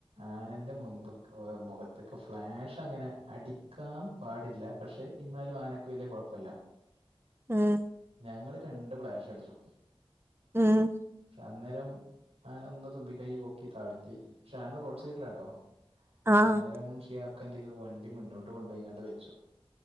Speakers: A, on the right (about 80°); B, on the right (about 25°).
A: ആനന്റെ മുൻപ് മുഖത്തേക്ക- ങ്ങനെ ഫ്ലാഷ് അങ്ങനെ അടിക്കാൻ പാടില്ല പക്ഷെ, എന്നാലും ആനക്ക് വലിയ കുഴപ്പല്ല.
B: <unintelligible>
A: ഞങ്ങള് രണ്ട് ഫ്ലാഷടിച്ചു.
B: ഉം.. !
A: അന്നേരം ആന ഒന്ന് തുമ്പികൈ പൊക്കി താഴ്ത്തി, പക്ഷെ ആന റോഡ് സൈഡിലാട്ടോ.
B: ആഹ്
A: അന്നേരം ഷിയാബ്ക്ക് എന്തേതു, വണ്ടി മുന്നോട്ട് കൊണ്ട്പോയിങ്ങണ്ട് വെച്ചു.